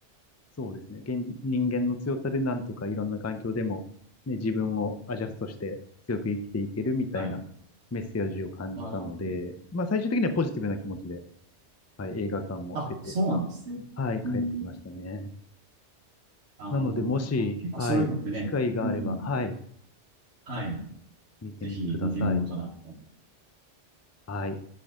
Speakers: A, on the left (about 25°); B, on the right (about 75°).
A: そうですね。現、人間の強さでなんとかいろんな環境でも、ね、自分をアジャストして強く生きていけるみたいなメッセージを感じたので、
B: はい。あー、
A: まあ最終的にはポジティブな気持ちで、はい、映画館を出て、
B: あ、そうなんですね。
A: はい、帰ってきましたね。
B: うん、あの、
A: なので、もし、
B: あ結構そういうのってね、
A: はい、機会があれば、
B: うん、
A: はい、
B: はい。
A: 見てみてください。
B: ぜひ見てみようかなと。
A: はい。